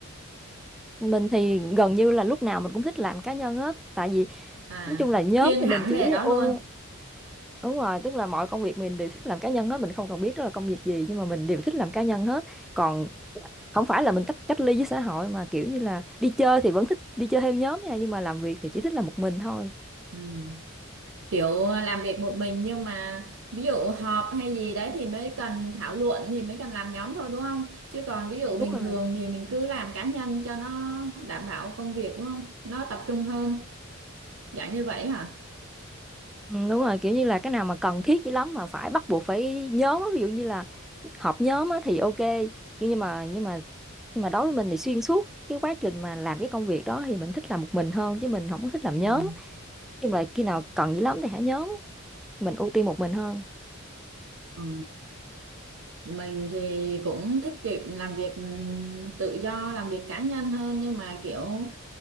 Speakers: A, in the centre; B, on the right (about 70°).
A: mình thì gần như là lúc nào mình cũng thích làm cá nhân hết tại vì
B: À,
A: nói chung là nhóm
B: thiên
A: thì
B: hẳn
A: mình chỉ
B: về đó
A: ô
B: luôn.
A: đúng rồi tức là mọi công việc mình đều thích làm cá nhân hết mình không cần biết đó là công việc gì nhưng mà mình đều thích làm cá nhân hết còn không phải là mình tách cách ly với xã hội mà kiểu như là đi chơi thì vẫn thích đi chơi theo nhóm nha nhưng mà làm việc thì chỉ thích làm một mình thôi
B: Ừ. Kiểu ờ, làm việc một mình nhưng mà ví dụ họp hay gì đấy thì mới cần thảo luận thì mới cần làm nhóm thôi đúng không? Chứ còn ví dụ bình
A: đúng rồi
B: thường thì mình cứ làm cá nhân cho nó đảm bảo công việc đúng không? Nó tập trung hơn, dạng như vậy hả?
A: ừ, đúng rồi kiểu như là cái nào mà cần thiết dữ lắm mà phải bắt buộc phải nhóm á, ví dụ như là họp nhóm á, thì ok nhưng mà nhưng mà nhưng mà đối với mình thì xuyên suốt cái quá trình mà làm cái công việc đó thì mình thích làm một mình hơn chứ mình không có thích làm
B: Ừ.
A: nhóm Nói chung là khi nào cần dữ lắm thì hả nhóm mình ưu tiên một mình hơn
B: Ừ. Mình thì cũng thích việc làm việc ừm, tự do, làm việc cá nhân hơn nhưng mà kiểu